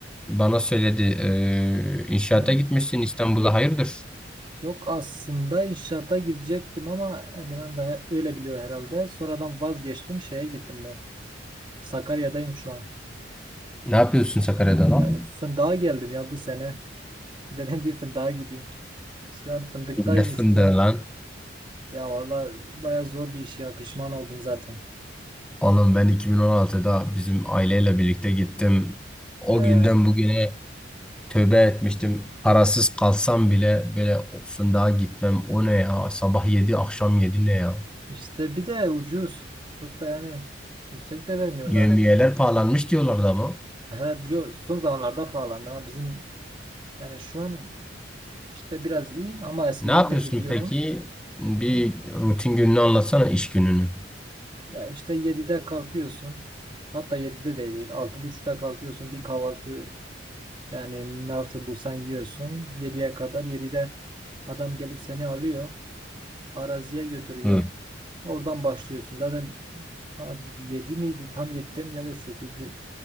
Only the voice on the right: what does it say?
Ben
yok aslında inşaata gidecektim ama Emirhan da öyle biliyor herhalde. Sonradan vazgeçtim şeye gittim ben. Sakarya'dayım şu an.
Yani fındığa geldim ya bu sene. <laughs> Dedim bir fındığa gideyim. Şu an fındıktayım
işte.
Ya valla baya zor bir iş ya pişman oldum zaten.
He.
İşte bir de ucuz. Çok da yani yüksek de vermiyorlar.
He, yo- son zamanlarda pahalandı ama bizim yani şu an işte biraz iyi ama eskiden
de gidiyordum.
Hı.
Ya işte 7'de kalkıyorsun. Hatta 7'de de değil. Altı buçukta kalkıyorsun. Bir kahvaltı yani ne artık bulsan yiyorsun. Yediye kadar 7'de adam gelip seni alıyor. Araziye götürüyor.
Oradan başlıyorsun. Zaten 7 miydi? Tam 7'de mi ya da 8'de?